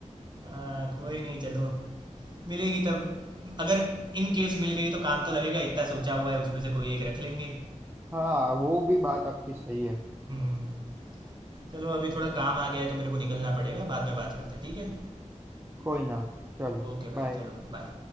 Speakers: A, on the right (about 35°); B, on the right (about 20°).
A: आ, कोई नहीं चलो मिलेगी तब अगर इन केस मिल गई तो काम तो लगेगा इतना सोचा हुआ है उसमें से कोई एक रख लेंगे
B: हाँ वो भी बात आपकी सही है
A: हम्म, चलो अभी थोड़ा काम आ गया है तो मेरे को निकलना पड़ेगा बाद में बात करते हैं ठीक है
B: कोई ना चलो
A: ओके भाई
B: बाय
A: चलो बाय